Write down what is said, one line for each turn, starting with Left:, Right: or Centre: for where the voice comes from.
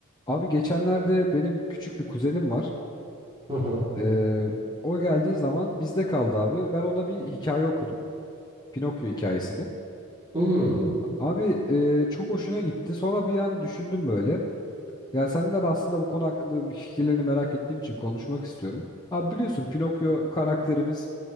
Left: Abi geçenlerde benim küçük bir kuzenim var.
Right: Hı hı.
Left: Ee, o geldiği zaman bizde kaldı abi. Ben ona bir hikaye okudum. Pinokyo hikayesini.
Right: Hmm.
Left: Abi e, çok hoşuna gitti. Sonra bir an düşündüm böyle. Ya senden aslında bu konu hakkında bir fikirlerini merak ettiğim için konuşmak istiyorum. Abi biliyorsun Pinokyo karakterimiz